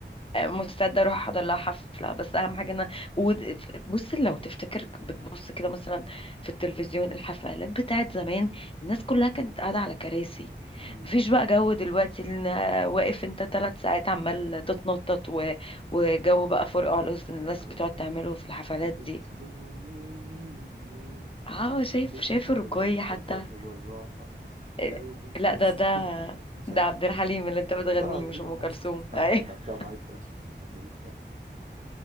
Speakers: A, on the left; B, on the right.
A: مستعده اروح احضر لها حفله بس اهم حاجه ان أنا- ود- بص لو تفتكر بتبص كده مثلا في التلفزيون الحفلات بتاعت زمان الناس كلها كانت قاعده على كراسي
B: أمم،
A: مفيش بقى جو دلوقتي ان واقف انت ثلاث ساعات عمال تتنطط و... وجو بقى فرقع على الناس
B: أيوه
A: بتقعد
B: أيوه أيوة.
A: تعمله في الحفلات
B: وبتلوموني
A: دي
B: ليه
A: اه شايف
B: ليه
A: شايف
B: حتى
A: الرقية
B: وهي بتغني
A: حتى
B: كانت بتغني بالراحة
A: إيه،
B: لو شفت
A: لا ده ده
B: <laughs> مش
A: ده
B: عارف
A: عبد
B: مين
A: الحليم اللي انت بتغنيه
B: والله العظيم
A: مش ام
B: انا
A: كلثوم
B: <laughs>
A: <laughs>
B: برجع معاك واشوف الدنيا دي